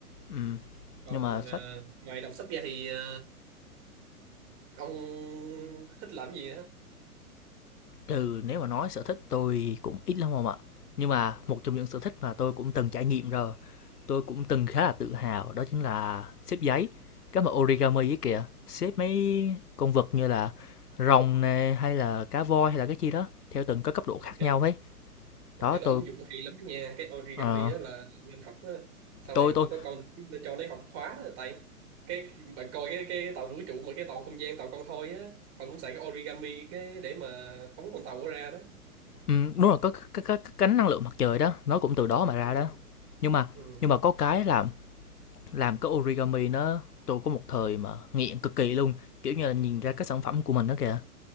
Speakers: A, on the left; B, on the right.
A: ừ.
B: còn
A: nhưng mà sách
B: ờ, ngoài đọc sách ra thì ờ, ông thích làm gì hả
A: từ nếu mà nói sở thích tôi cũng ít lắm không ạ nhưng mà một trong những sở thích mà tôi cũng từng trải nghiệm rồi tôi cũng từng khá là tự hào đó chính là xếp giấy cái mà origami ấy kìa xếp mấy con vật như là rồng nè hay là cá voi hay là cái chi đó theo từng cái cấp độ
B: ok
A: khác nhau ấy
B: Ôi,
A: đó
B: cái
A: tôi
B: đó ứng dụng hay lắm đó nha cái origami
A: ờ,
B: đó là nên học á. sau
A: Tôi
B: này
A: tôi,
B: tôi có con tôi cũng cho nó học khóa đó tại cái bạn coi cái cái tàu vũ trụ mà cái tàu không gian tàu con thoi á họ cũng xài cái origami cái để mà phóng con tàu đó ra đó
A: ừm, đúng là có cái cái cái cánh năng lượng mặt trời đó, nó cũng từ đó mà ra
B: ừ.
A: đó. Nhưng mà
B: Ừ.
A: nhưng mà có cái làm làm cái origami nó tôi có một thời mà nghiện cực kỳ luôn, kiểu như là nhìn ra cái sản phẩm của mình đó kìa,